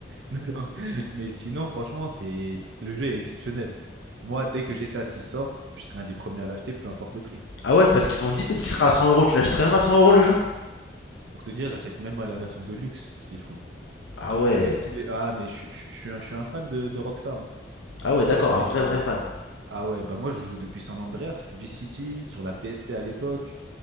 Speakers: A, on the right; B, on the left.
A: <laughs> Mais sinon, franchement, c'est, le jeu est exceptionnel. Moi, dès que GTA 6 sort, je serai un des premiers à l'acheter, peu importe le prix.
B: Ah ouais, parce qu'ils ont dit peut-être qu'il sera à cent euros. Tu l'achèterais même à 100 euros le jeu
A: Pour te dire, j'achète même la version de luxe, s'il faut.
B: Ah ouais.
A: Avec tous les. Ah, mais je, je- je suis, un, je suis un fan de, de Rockstar. hein.
B: Ah ouais, d'accord,
A: Franchement,
B: un
A: ils
B: vrai
A: sont.
B: vrai fan.
A: Ah ouais, bah moi, je joue depuis San Andreas, Vice City, sur la PSP à l'époque.